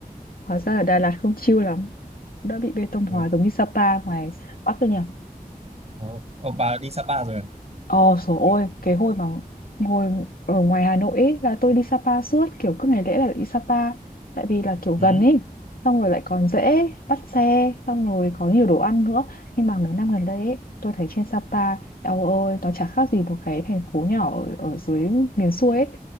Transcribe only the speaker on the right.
ừ.
Ờ, ờ, bà đi Sapa rồi à?
ừ.